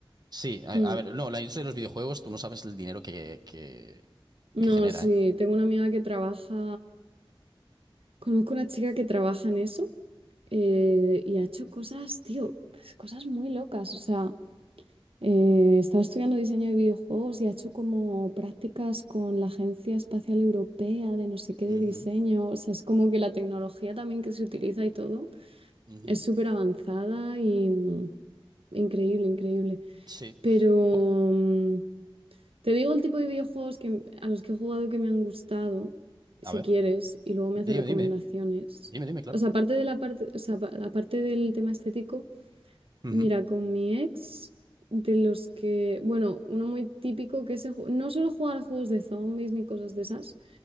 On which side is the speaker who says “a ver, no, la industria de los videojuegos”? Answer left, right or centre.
Right